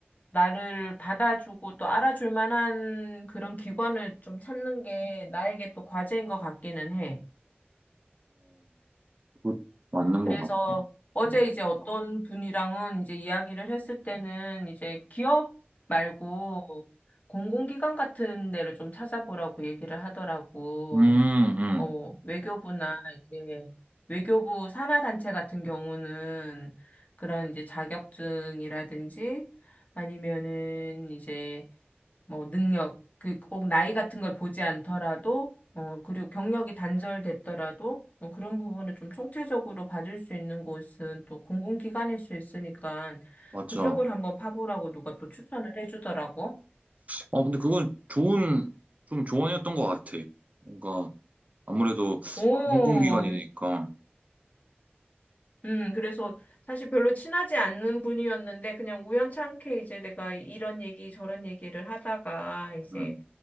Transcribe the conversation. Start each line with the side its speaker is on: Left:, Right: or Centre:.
Left: 나를 받아주고 또 알아줄 만한 그런 기관을 좀 찾는 게 나에게 또 과제인 것 같기는 해.
Right: 그거 맞는
Left: 그래서
Right: 것 같아.
Left: 어제
Right: 음,
Left: 이제 어떤 분이랑은 이제 이야기를 했을 때는 이제 기업 말고 공공기관 같은 데를 좀 찾아보라고 얘기를 하더라고.
Right: 음, 음, 음,
Left: 뭐 외교부나 이제 외교부 산하 단체 같은 경우는 그런 이제 자격증이라든지 아니면은 이제 뭐 능력, 그 꼭 나이 같은 걸 보지 않더라도, 어, 그리고 경력이 단절됐더라도, 어, 그런 부분을 좀 총체적으로 봐줄 수 있는 곳은 또 공공기관일 수 있으니까
Right: 맞아.
Left: 그쪽을 한번 파보라고 누가 또 추천을 해주더라고.
Right: 어, 근데 그건 좋은, 좀 조언이었던 것 같아. 뭔가, 아무래도
Left: 오,
Right: 공공기관이니까.
Left: 음, 그래서 사실 별로 친하지 않는 분이었는데 그냥 우연찮게 이제 내가 이런 얘기 저런 얘기를 하다가 이제
Right: 음,